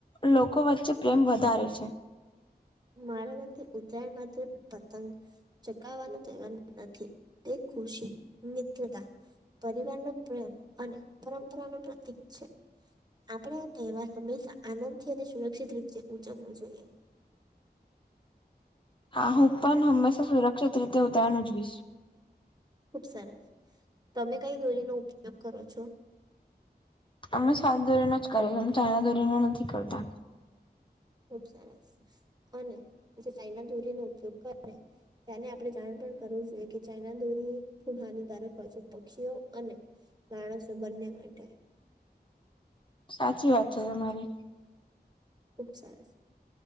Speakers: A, on the left; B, on the right.
A: લોકો વચ્ચે પ્રેમ વધારે છે
B: મારા મતે ઉતયણ માત્ર પતંગ ચકાવવાનું તહેવાર નથી તે ખુશી મિત્રતા પરિવાર નો પ્રેમ અને પરંપરા નું પ્રતીક છે આપણે આ તહેવાર હંમેશા આનંદ થી અને સુરક્ષિત રીતે ઉજવવું જોઈએ
A: હા હું પણ હંમેશા સુરક્ષિત રીતે ઉતરાયણ ઉજવીશ
B: ખુબ સરસ તમે કઈ દોરીનો ઉપયોગ કરો છો
A: અમે સાફ દોરીનો જ કરીએ અમે ચાાઈના દોરીનો નથી કરતા
B: ખુબ સરસ અને જે ચાઈના દોરી નો ઉપયોગ કરે તેને આપણે જાણ પણ કરવું જોઈએ કે ચાઇના દોરીએ ખૂબ હાનિકારક હોય છે પક્ષીઓ અને માણસો બંને માટે
A: સાચી વાત છે તમારી
B: ખુબ સરસ